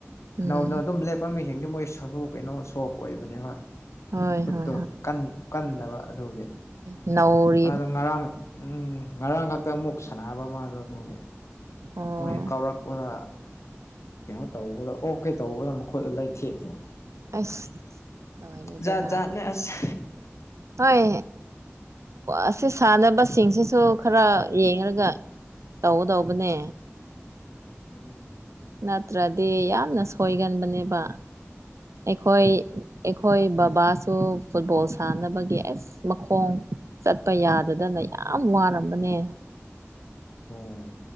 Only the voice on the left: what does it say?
ꯅꯧꯅ ꯑꯗꯨꯝ ꯂꯦꯞꯄ ꯃꯤꯁꯤꯡꯗꯤ ꯃꯣꯏ ꯁꯔꯨ ꯀꯩꯅꯣ ꯁꯣꯐ ꯑꯣꯏꯕ ꯑꯗꯨꯅꯦꯕ
ꯈꯨꯠꯇꯣ
ꯀꯟꯗꯕ ꯑꯗꯨꯒꯤ
ꯑ ꯑꯗꯣ ꯉꯔꯥꯡ ꯎꯝ ꯉꯔꯥꯡ ꯈꯛꯇ ꯑꯃꯨꯛ ꯁꯥꯟꯅꯕ ꯑꯃꯗꯣ ꯑꯗꯨꯒꯤ
ꯃꯣꯏ ꯍꯦꯛ ꯀꯥꯎꯔꯛꯄꯗ ꯀꯩꯅꯣ ꯇꯧꯕꯗ ꯑꯣꯀꯦ ꯇꯧꯕꯗꯣꯠꯂ ꯂꯩ ꯊꯦꯠꯂꯤꯦ
ꯆꯥꯛ ꯖꯥꯠ ꯅꯦ ꯑꯁꯦ
ꯎꯝ
ꯎꯝ
ꯑꯣꯝ